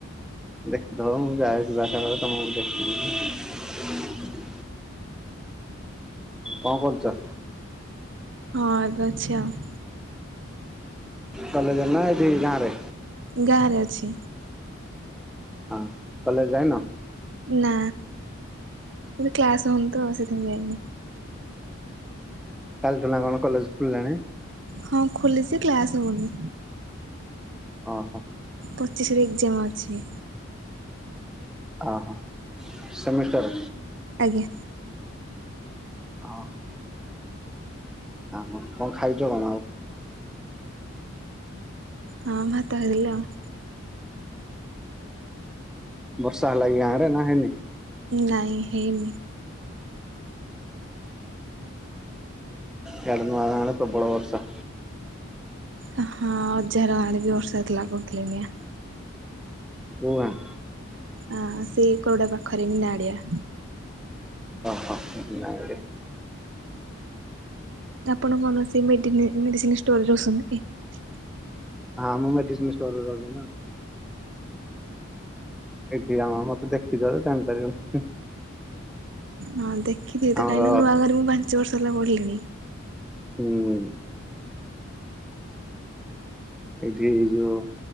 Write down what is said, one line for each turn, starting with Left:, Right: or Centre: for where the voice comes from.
Centre: ଦେଖଦବୁ। ଯାହା ଯିବା ବେଳେ ତମକୁ ଦେଖଲି କଣ କରୁଛ?
Right: ହଁ ଏବେ ଅଛି ଆଉ।
Centre: କଲେଜ ନା ଏଇଠି ଗାଁ ରେ।
Right: ଗାଁ ରେ ଅଛି।
Centre: ହଁ କଲେଜ ଯାଇନ?
Right: ନା ଏବେ କ୍ଲାସ ହୋଇନି ତ ଆଉ ସେଥିାଇଁ ଯାଇନି।
Centre: କାଲି ଟ ନା କଣ କଲେଜ ଖୁଲିଲାଣି?
Right: ହଁ ଖୋଲିଛି କ୍ଲାସ ହୋଇନି।
Centre: <inaudible>
Right: ପଚିଶ ରରେ ଏକ୍ଜାମ ଅଛି।
Centre: ଆ ହୋ ସେମିଷ୍ଟର।
Right: ଆଜ୍ଞା
Centre: ଓୋ। ଆଉ କଣ ଖାଇଛ ଆଉ।
Right: ହଁ ଭାତ ଖାଇଥିଲ୍ ଆଉ।
Centre: ବର୍ଷା ହେଲାକି ଗାଁ ରେ ନା ହେନି?
Right: ନାଇଁ ହେଇନି।
Centre: ଇଆଡ଼େ ନୂଆଗାଁ ଆଡେ ପ୍ରବଳ ବର୍ଷା।
Right: ହଁ ଅଜା ଘର ଆଡେ ବି ବର୍ଷା ହୁଥିଲା କହୁଥିଲେ ଇନା।
Centre: କୋଉ ଗାଁ।
Right: ହଁ ସେଇ କୋଉଡା ପାଖରେ ବି ନାଡିଆ।
Centre: <unintelligible>
Right: ଆପଣ କୌଣସି ମେଡିନି ମେସିନଷ୍ଟୋରରେ ରହୁଛନ୍ତି କି?
Centre: ହଁ ମୁଁ ମେଡିସିନି ଷ୍ଟୋର ରେ ରହୁଚିନା। ଏଇଠି ଆ ଆ ମତ। ଦେଖିଚ ଯେ ଜାଣିପାରିବନି।
Right: ହଁ ଦେ। କିଛି ତ
Centre: ଆମର
Right: କାଇଁ ନୂଆ ଘର ବ। ତ। ପାଞ୍ଚ ବର୍ଷ ହେଲା ପଢିଲିଣି।
Centre: ହୁଁ। ଏଠି ଯୋଉ